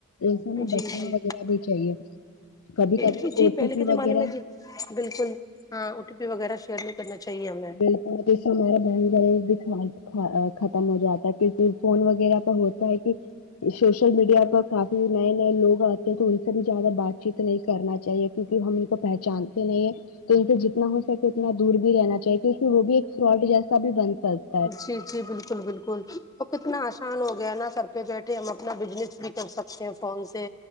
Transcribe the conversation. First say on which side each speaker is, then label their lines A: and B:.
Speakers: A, on the left; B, on the left.
A: ایسے میں
B: جی
A: بچنا
B: جی
A: وغیرہ بھی چاہیے کبھی کبھی
B: جی
A: او
B: جی پہلے
A: ٹی پی
B: کے زمانے
A: وغیرہ
B: میں جی بالکل ہاں او ٹی پی وغیرہ شیئر نہیں کرنا چاہیے ہمیں
A: اس وجہ سے ہمارے بہن بھائی بھی خرا خ ختم ہو جاتے اور پھر فون وغیرہ کا ہوتا ہے کہ سوشل میڈیا پر کافی نئے نئے لوگ آتے ہیں تو ان سے بھی زیادہ بات چیت نہیں کرنا چاہیے کیونکے ہم ان کو پہچانتے نہیں ہیں تو ان سے جتنا ہو سکے اتنا دور بھی رہنا چاہیے کیونکے وہ بھی ایک فراڈ جیسا بھی بن سک
B: جی جی بال کل بالکل وہ کتنا آسان ہو گیا نا گھر پہ بیٹھے ہم اپنا بزنس بھی کر سکتے ہیں فون سے